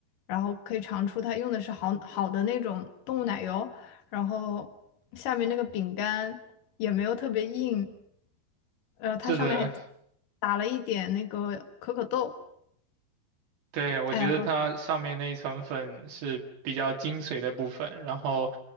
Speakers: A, on the left; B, on the right.
A: 然后可以尝出它用的是好好的那种动物奶油，然后下面那个饼干也没有特别硬，呃，它上面还加
B: 是的，
A: 打了一点那个可可豆，
B: 对，我觉得它上面那一层粉是比较精髓的部分，
A: 哎呀，
B: 然后，